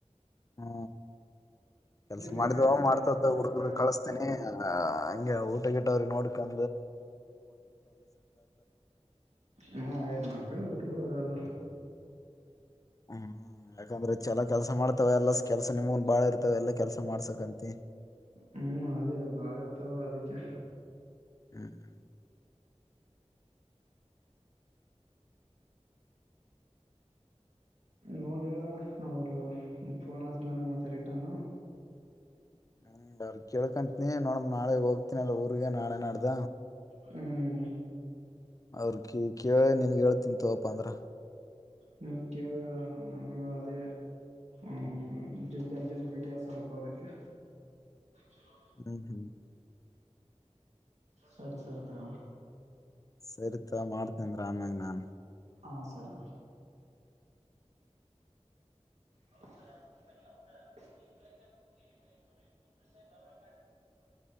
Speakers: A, on the left (about 30°); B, on the right (about 70°).
A: ಹಾ ಕೆಲ್ಸ
B: ಬೇಕಾಯ್
A: ಮಾಡಿದ್ವ
B: ಇವಾಗ
A: ಮಾಡ್ತತ
B: ಯಾಕಂದ್ರೆ
A: ಊರ್
B: ಇವಾಗ
A: ಕಳಸ್ತೇನಿ ಹಂ ಊಟ ಗಿಟ್ಟವ್ರಿಗೆ ನೋಡ್ ಕ
B: ಹ ಹಾಗ ನನ್ ಕಡೆ ಬಿಊಟ್ಟು ಬಿಡದಲ್ಲ
A: ಹ್ಮ್ ಯಾಕಂದ್ರೆ ಚಲ ಕೆಲ್ಸ ಮಾಡ್ತಾವ ಎಲ್ಲ ಕೆಲ್ಸ ನಿಮಂದನ್ ಬಾಳ ಇರ್ತವ ಎಲ್ಲ ಕೆಲ್ಸ ಮಾಡ್ಸಕಂತಿ
B: ಹ್ಮ್ ಅದೇ ಬಾಳ ಇರ್ತಾವ ಅದಕ್ಕೆ
A: ಹ್ಮ್ ಹ್ಮ್
B: ನೋಡಿ ಹೇಳ ಅಣ್ಣ ಅವರು ಫೋನ್ ಹಸ ನನ್ಗೆ ಮತ್ತೆ ರಿಟನ್
A: ಹ್ಮ ಬ್ರ ಕೇಳ್ಕಂತನಿ ನೋಡ ನಾಳೆ ಹೋಗ್ತನಲ್ಲ ಊರ್ಗ ನಾಳೆ ನಾಡ್ದ
B: ಹ್ಮ್
A: ಅವ್ರ ಕ ಕೇಳಿ ನನ್ಗೆ ಹೇಳ್ತಿಂತಪಾ ಅಂದ್ರ
B: ಹ್ಮ ಕೇಳಿ ಹೇಳೋಣ ನಮಗ ಅದೇ ಹ್ಮ್ ಜಲ್ದಿ ಅರ್ಜೆಂಟ್ ಬೇಕೆ ಸ್ವಲ್ಪ ಅದಕ್ಕೆ ಕೆಲೋ
A: ಹ್ಮ್ ಹ್ಮ್
B: ಸರಿ ಸರಿ ತ
A: ಸರಿತ ಮಾಡ್ತೇನೆ ರಾಮ ನಾಮ
B: ಹಾ ಸರಿ ಹೌದಾ ಬನ್ನಿ ಹೌದಾ ಈ ಪ್ರಯತ್ನಕ್ಕ ಕೇಳ ನೋಡ್ರ ಇ ಅವರಂಗ ಆಟಾಡ್ತ ನೋಡ್ರಿ